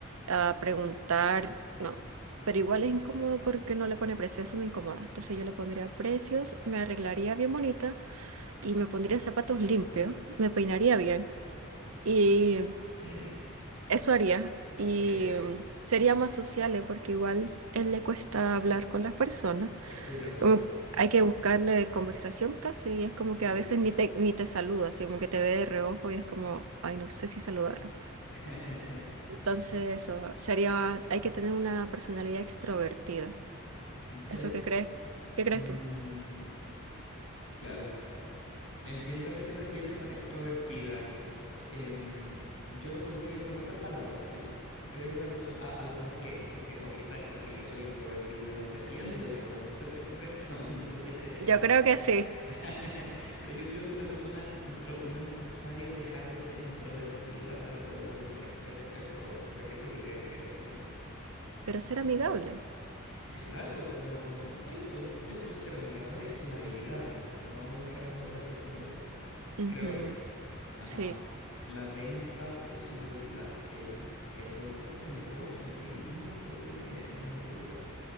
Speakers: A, on the right; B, on the left.
A: a preguntar, no. Pero igual es incómodo porque no le pone precio, eso me incomoda. Entonces yo le pondría precios, me arreglaría bien bonita y me pondría zapatos limpios, me peinaría bien. Y
B: <laughs>
A: eso haría. Y
B: Ok,
A: mm, sería más sociable porque igual él le cuesta hablar con las personas.
B: estoy de acuerdo.
A: Como que hay que buscarle conversación casi, y es como
B: Sí.
A: que a veces ni te, ni te saluda, así como que te ve de reojo y es como, ay, no sé si saludarlo.
B: <laughs>
A: Entonces, eso sería, hay que tener una personalidad extrovertida.
B: Eh,
A: ¿Eso qué crees? ¿Qué crees
B: mm,
A: tú?
B: claro, entiendo a qué te refieres con extrovertida. Eh, Em, yo lo pondría con otras palabras, sí. Y creo que una persona... ah, a lo- ¿por qué? Porque, o quizás es porque yo soy introvertido y nos defiendo, digamos. No sé si es por eso, <laughs> no sé si es sesgado.
A: Yo creo que sí.
B: <laughs> Pero yo creo que una persona intro no es necesario dejar de ser introvertida para poder vender. Eso, eso, creo que esa es la idea que quiero defender.
A: <laughs> Pero ser amigable.
B: Sí, claro, pero eso, eso, ser amigable es una habilidad, no un rasgo de la personalidad,
A: Ujú,
B: creo yo. Ajá.
A: Sí,
B: La venta es una habilidad. El, el concepto de negocio en sí mismo creo yo que es una habilidad.